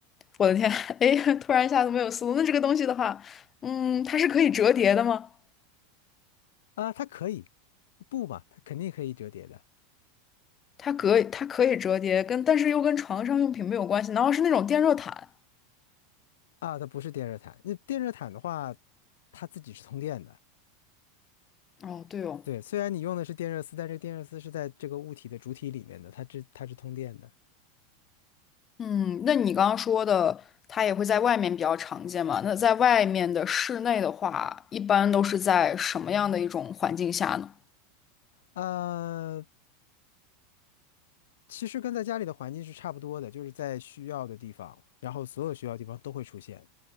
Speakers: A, on the left (about 30°); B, on the left (about 75°).
A: 我的天，哎，突然一下子没有思路。那这个东西的话，嗯，它是可以折叠的吗？
B: 啊，它可以，不嘛，它肯定可以折叠的
A: 它可以，它可以折叠，跟但是又跟床上用品没有关系。难道是那种电热毯？
B: 啊，它不是电热毯。那电热毯的话，它自己是通电的。
A: 哦，对哦，
B: 对，虽然你用的是电热丝，但这个电热丝是在这个物体的主体里面的，它这它是通电的。
A: 嗯，那你刚刚说的，它也会在外面比较常见嘛？那在外面的室内的话，一般都是在什么样的一种环境下呢？
B: 呃，其实跟在家里的环境是差不多的，就是在需要的地方，然后所有需要的地方都会出现。